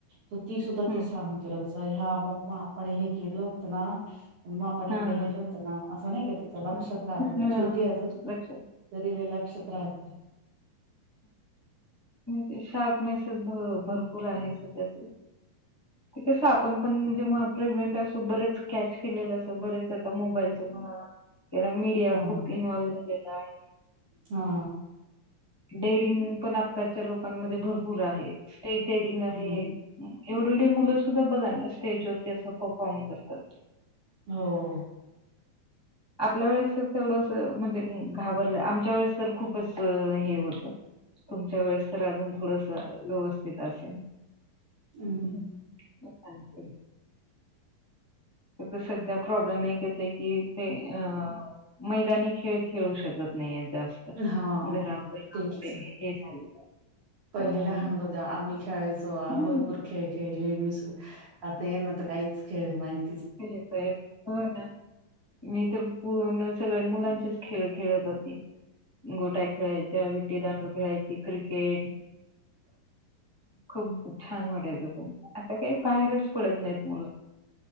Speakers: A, on the right; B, on the left.
A: तर ती सुद्धा
B: हं.
A: ती सांगते लगेच. सॉरी हा मम्मा आपण हे केल होत ना! मम्मा आपण ईकडे
B: हां,
A: गेलो
B: हां.
A: होतो ना, असं नाही का तिचं लक्षात
B: हं.
A: छोटी
B: हां, हां.
A: अजून
B: लक्षात.
A: तरी लई लक्षात राहत
B: ते शार्पनेसच भरपूर आहे तिच्यात ते कस आपण पण जेव्हा प्रेग्नेंट असो बरेच कॅच केलेलं असं बरेच आता मोबाईलच्या म्हणा कारण मीडिया
A: हा
B: खूप
A: हा
B: इन्व्हल्व झालेला आहे.
A: हा...
B: डेअरिंग पण आत्ताच्या लोकांमध्ये भरपूर आहे, स्टेज डेअरिंग आहे.
A: हम्म
B: एवढी- एवढी मुलं सुद्धा बघा ना, स्टेजवरती असा परफॉर्म करतात.
A: हो..
B: आपल्या वेळेस कस तेवढं अस म्हणजे घाबरलं, आमच्या वेळेस तर खूपच हे होतं. तुमच्या वेळेस तर अजून थोडसं व्यवस्थित असेन. <unintelligible>
A: हम्म
B: आता सध्या प्रॉब्लेम एकच आहे की ते अ मैदानी खेळ खेळू शकत नाहीयेत जास्त.
A: हा
B: घरा घरामध्ये
A: तेच
B: हे झालेलं आहे
A: पहिले
B: त्यामुळे
A: लहान होतं तेव्हा आम्ही खेळायचो,
B: हं.
A: भरपूर खेळ खेळलीय मी सुद्धा आता येना तर काहीच खेळ माहित
B: तेच आहे, हो ना. मी तर पूर्ण सगळे मुलांचेच खेळ खेळत होती. गोटया खेळायच्या, विटी- दांडू खेळायची क्रिकेट खूप-खूप छान वाटायचं पण. आता काही बाहेरच पडत नाहीत मुलं.